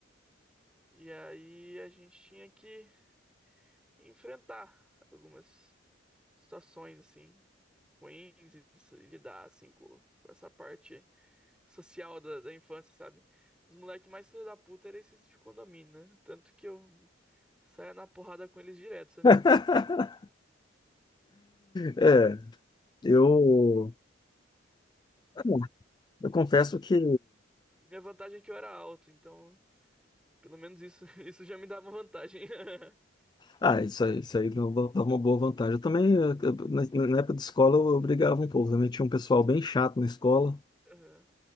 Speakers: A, in the centre; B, on the left.
A: E aí a gente tinha que enfrentar algumas situações, assim, ruins e se lidar, assim, com, com essa parte social da, da infância, sabe? Os moleques mais filha da puta eram esses de condomínio, né? Tanto que eu saía na porrada com eles direto, sabe?
B: <laughs> É, eu, ah, eu confesso que
A: Minha vantagem é que eu era alto, então Pelo menos isso, <laughs> isso já me dá uma vantagem. <laughs>
B: ah, isso aí, isso aí não dá- dava uma boa vantagem. Eu também, eu- eu- na na época de escola, eu brigava um pouco. Também tinha um pessoal bem chato na escola,
A: Aham.